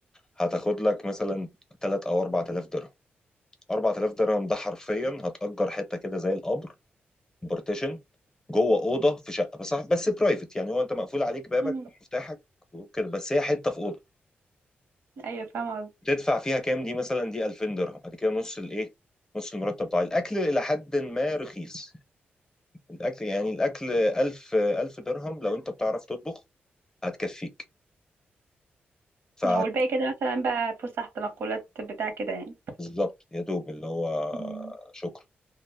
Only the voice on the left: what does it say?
هتاخد لك مثلا 3 او 4000 درهم 4000 درهم ده حرفيا هتأجر حته كده زي القبر بارتيشن جوه اوضه في شقه بس بس برايفت يعني هو انت مقفول عليك بابك
مفتاحك وكده بس هي حته في اوضه
تدفع فيها كام دي مثلا دي 2000 درهم بعد كده نص الايه نص المرتب بتاع الاكل الى حد ما رخيص الاكل يعني الاكل 1000 1000 درهم لو انت بتعرف تطبخ هتكفيك ف
بالظبط يا دوب اللي هو
شكرا